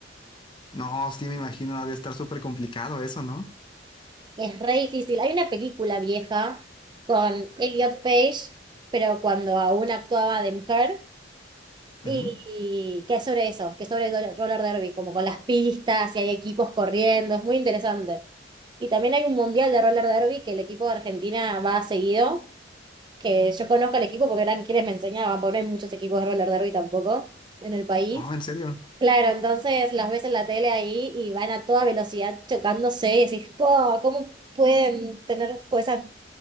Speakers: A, on the left (about 25°); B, on the right (about 25°).
A: No, sí me imagino, ha de estar súper complicado eso, ¿no?
B: Es re difícil. Hay una película vieja con Elliot Page, pero cuando aún actuaba de mujer
A: Ujú.
B: Y que es sobre eso, que es sobre el roller derby, como con las pistas y hay equipos corriendo, es muy interesante. Y también hay un mundial de roller derby que el equipo de Argentina va seguido, que yo conozco al equipo porque eran quienes me enseñaban, porque no hay muchos equipos de roller derby tampoco en el país.
A: Oh, en serio.
B: Claro, entonces las ves en la tele ahí y van a toda velocidad chocándose y decís, po, ¿cómo pueden tener fu- esa